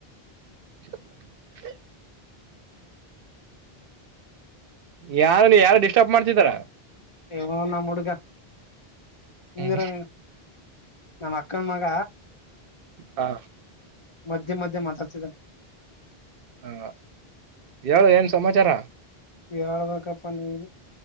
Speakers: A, on the right; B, on the left.
A: <unintelligible> ಯಾವ ನೀ ಯಾರು ಡಿಸ್ಟರ್ಬ್ ಮಾಡ್ತಿದಾರಾ
B: ಇವನು ನಮ್ಮ ಹುಡುಗ ಸುಮ್ನಿರೋ
A: ಹ್ಮ್
B: ನೀನು ನಮ್ಮ ಅಕ್ಕನ್ ಮಗ
A: ಹಾ
B: ಮಧ್ಯ ಮಧ್ಯ ಮಾತಾಡ್ತೀರಾ
A: ಹಾ ಹೇಳು ಏನ್ ಸಮಾಚಾರಾ
B: ಹೇಳಬೆಕಪ್ಪ ನೀನೆ